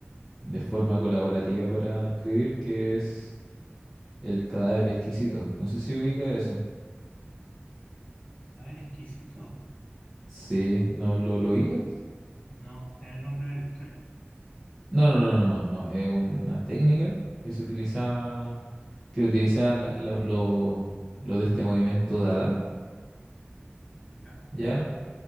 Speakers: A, in the centre; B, on the left.
A: de forma colaborativa para escribir que es el cadáver exquisito. No sé si ubica eso.
B: A ver, exquisito.
A: Sí, ¿no lo, lo ubicas?
B: No, ¿es el nombre de la historia?
A: No, no, no, no, no. no. Es una técnica que se utiliza, que utiliza la- lo, lo, lo de este movimiento Dada,
B: Ya,
A: ¿ya?